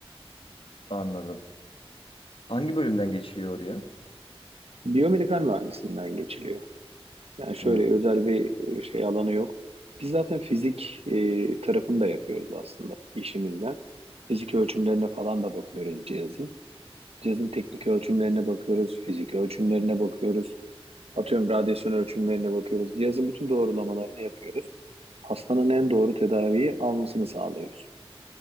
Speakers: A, on the left; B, on the right.
A: anladım. Hangi bölümden geçiliyor oraya?
B: Biyomedikal mühendisliğinden geçiliyor. Yani şöyle
A: Hmm,
B: özel bir e, şey alanı yok. Biz zaten fizik e, tarafını da yapıyoruz aslında işimizde. Fizik ölçümlerine falan da bakıyoruz cihazın. Cihazın teknik ölçümlerine bakıyoruz, fizik ölçümlerine bakıyoruz. Atıyorum radyasyon ölçümlerine bakıyoruz. Cihazın bütün doğrulamalarını yapıyoruz. Hastanın en doğru tedaviyi almasını sağlıyoruz.